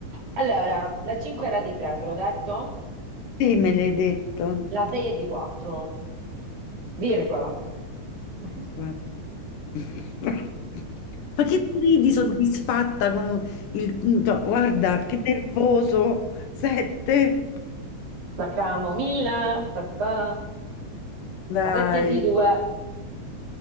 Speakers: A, on the right; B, on the left.
A: Allora, la 5 era di 3, te l'ho detto?
B: Sì, me l'hai detto.
A: La 6 è di 4, virgola. <laughs>
B: Quattro. <laughs> Ma che ti ridi soddisfatta con il... no, Guarda, che nervoso. Sette.
A: La camomilla, ta ta.
B: Dai.
A: La 7 è di 2,